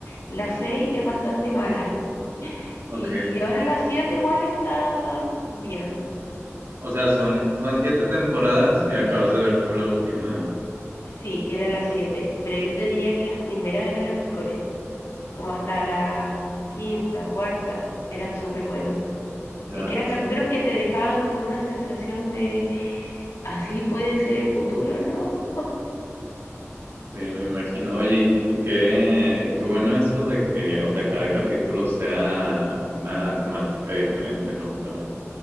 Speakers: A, on the left; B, on the right.
A: La 6 es bastante mala. <laughs>
B: Ok,
A: Y ahora la 7 igual está bien.
B: o sea, son, son siete temporadas y acabas de ver tú la última.
A: Sí, que era la siete Pero yo te diría que las primeras eran las mejores. Como hasta la quinta, cuarta, eran súper buenos.
B: Ya,
A: Es que eran capítulos que te dejaban con una sensación de, así puede ser el futuro, ¿no?
B: Sí, me imagino. Oye, y, qué, y qué qué bueno eso de que, o sea, cada capítulo sea una temática diferente, ¿no? Para,